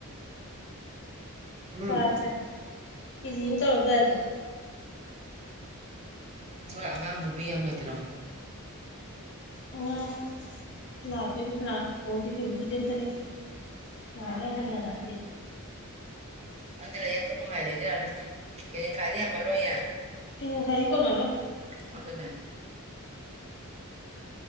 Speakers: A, on the right; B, on the left.
A: ꯎꯝ
B: ꯁꯥꯁꯦ ꯏꯖꯤ ꯑꯝ ꯇꯧꯔꯁꯨ ꯌꯥꯢꯗ
A: ꯍꯣꯏ ꯑꯉꯥꯡ ꯅꯨꯄꯤ ꯌꯥꯝ ꯂꯩꯇ꯭ꯔꯣ
B: ꯑꯉꯥꯡ ꯂꯥꯛꯇꯣꯏꯅꯤ ꯂꯥꯛꯄꯄꯣꯗꯤ ꯍꯧꯖꯤꯛꯄꯨꯗꯤ ꯑꯝꯇ ꯂꯩꯇ꯭ꯔꯤ ꯌꯥꯂꯦ ꯍꯟꯅ ꯅꯇꯤ
A: ꯍꯪꯗꯤ ꯂꯩꯌꯦꯟꯇ ꯀꯃꯥꯏ ꯂꯩꯖꯔꯅꯤ ꯀꯦꯖꯤꯡꯈꯥꯏꯗꯤ ꯌꯥꯃꯜꯂꯣꯏꯌꯦ
B: ꯄꯤꯖꯤꯡ ꯈꯥꯢꯗꯤ ꯀꯣꯟꯅꯔꯣꯢ
A: ꯃꯥꯗꯅꯦ